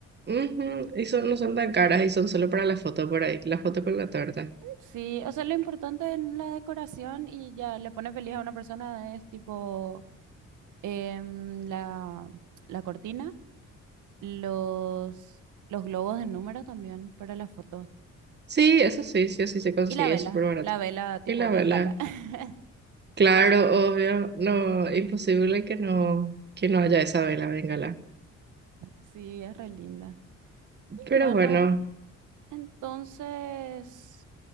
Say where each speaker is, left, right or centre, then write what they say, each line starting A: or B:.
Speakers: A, on the right (about 35°); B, on the right (about 80°).
A: Ujú, Y son, no son tan caras y son solo para la foto por ahí, la foto con la torta.
B: Sí, o sea, lo importante en la decoración y ya le pone feliz a una persona es tipo em, la, la cortina, los, los globos de número también para las fotos.
A: Sí, eso sí, sí, sí se consigue,
B: Y la vela,
A: es súper barato.
B: la vela tipo
A: Y la vela,
B: bengala. <laughs>
A: claro, obvio, no, imposible que no, que no haya esa vela, véngala.
B: Sí, es re linda. Y
A: Pero
B: bueno,
A: bueno.
B: entonces.